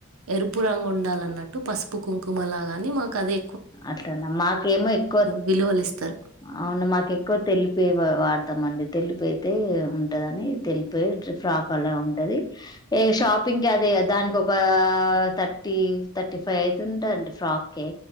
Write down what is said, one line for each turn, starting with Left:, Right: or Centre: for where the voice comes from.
Right: ఎరుపు రంగు ఉండాలన్నట్టు పసుపు కుంకుమలా గాని మాకు అదే
Left: అట్లాన్న మాకేమో ఎక్కువ
Right: విలువలిస్తారు.
Left: అవునా మాకు ఎక్కువ తెలుపే వాడ తమండి తెలుపు అయితే ఉంటదని తె లుపే ఫ్రాక్ అలా ఉంటది ఇక షాపింగ్ అదే దానికి ఒక థర్టీ థర్టీ ఫైవ్ అయితు ఉంటందండి ఫ్రాక్ కే